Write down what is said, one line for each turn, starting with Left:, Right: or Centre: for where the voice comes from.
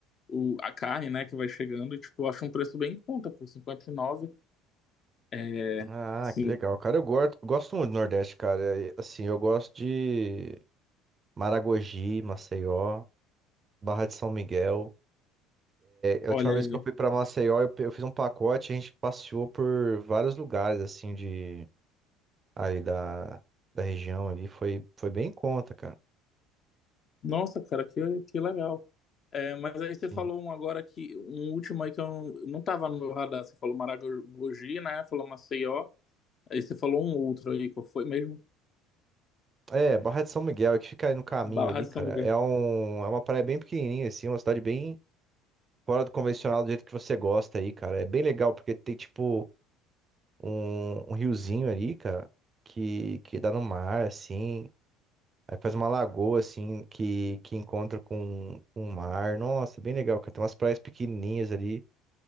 Left: o, a carne, né, que vai chegando. E, tipo, eu acho um preço bem em conta, por 59. É,
Right: Ah,
Left: assim,
Right: que legal, cara. Eu gosto, gosto muito do Nordeste, cara. E, Assim, eu gosto de Maragogi, Maceió, Barra de São Miguel.
Left: olha
Right: A última vez
Left: aí.
Right: que eu fui pra Maceió, eu, pe- eu fiz um pacote, a gente passeou por vários lugares, assim, de ali da, da região ali, foi, foi bem em conta, cara.
Left: Nossa, cara, que, que legal. É, mas aí você
Right: Sim.
Left: falou um agora que um último aí que eu não, não tava no meu radar. Você falou Maragogi, né? Falou Maceió. Aí você falou um outro aí, qual foi mesmo?
Right: É, Barra de São Miguel, que fica aí no caminho
Left: Barra
Right: ali,
Left: de
Right: cara.
Left: São Miguel.
Right: É, um, é uma praia bem pequenininha, assim, uma cidade bem fora do convencional, do jeito que você gosta aí, cara. É bem legal, porque tem, tipo, um, um riozinho ali, cara, que, que dá no mar, assim. Aí faz uma lagoa, assim, que, que encontra com, com o mar. Nossa, bem legal, cara. Tem umas praias pequenininhas ali.